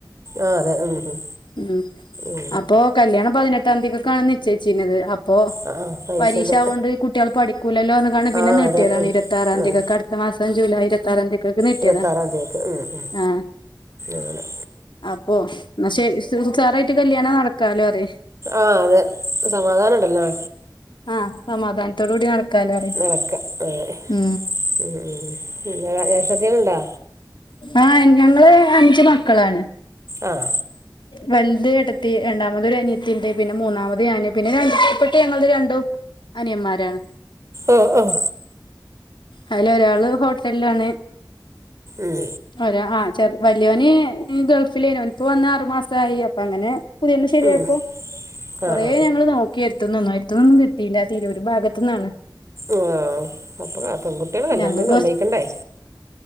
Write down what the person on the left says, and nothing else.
ഉം
അപ്പൊ കല്യാണം പതിനെട്ടാംതിയ നിശ്ചയിച്ചുന്നത് അപ്പോ
പരീക്ഷ കൊണ്ട് കുട്ടികൾ പഠിക്കൂലല്ലോന്ന് കാണു പിന്നെ
നീ നീട്ടിയതാണ്
ഇരുത്താറാംതിക്കക്കെ
അടുത്ത മാസം ജൂലൈ ഇരുപത്തി ആറാംതിയക്കൊക്കെ നീട്ടിയതാണ്
ആ
അപ്പോ എന്നാ ശരി സാറായിട്ട് കല്യാണം നടക്കാലോ അതേ
ആഹ സമാധാനത്തോടു കൂടി നടക്കാലോ അറേ
ഉ
ആഹ ഞങ്ങള് അഞ്ചുമക്കളാണ്
വലുത് ഏടത്തി രണ്ടാമത് ഒരു അനിയത്തിണ്ട് പിന്നെ മൂന്നാമത് ഞാന് പിന്നെ <unintelligible> രണ്ടും അനിയമാരാണ്
അതില ഒരാള് ഹോട്ടലിലാണ്
ഒരാ ആ വലിയോന് ഗൾഫിലേനു നിപ്പോ വന്ന് ആറു മാസായി അപ്പ അങ്ങനെ പുതിയന്ന് ശരിയായപ്പോ
കൊറേ
ഞങ്ങള് നോക്കിയായിരിന്നു നന്നായിട്ടൊന്നും കിട്ടില്ല തിരൂരു ഭാഗത്ത് നിന്നാണ്
ഞങ്ങക്ക്